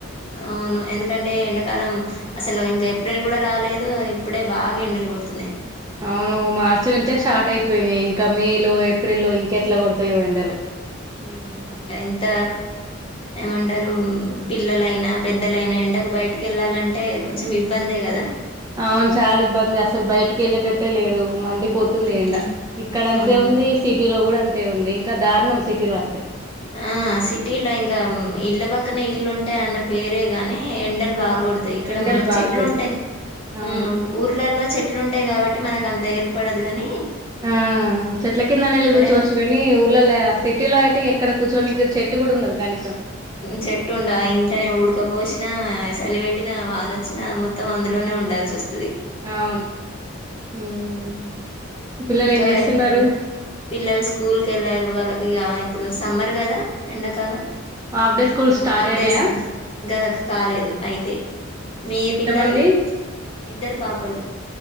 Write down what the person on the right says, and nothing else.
అవును మార్చి నుంచే స్టార్ట్ అయిపోయినాయి ఇంకా మే లో ఏప్రిల్ల్లో ఇంకెట్లా కొడతాయో ఎండలు
అవును చాలా ఇబ్బంది అసలు బయటికి వెళ్ళేటట్టే లేదు మండి పోతుంది
ఎండ ఇక్కడ అంతే
ఉంది. సిటీలో గూడా అంతే ఉంది. ఇంకా దారుణం సిటీలో అయితే.
ఆ
ఎండలు
బాగా
కొడతాయి అవును
ఆ చెట్ల కింద నెళ్ళి
కూర్చోవచ్చు కాని ఊర్లళ్ళా సిటీలో అయితే అక్కడ కూర్చొనికి చెట్టు గూడా ఉండదు కనీసం
అవును ఉమ్ పిల్లలు
ఏం చేస్తున్నారు.
హాఫ్ డే స్కూల్
స్టార్ట్
అయినాయా
ఎంత
మంది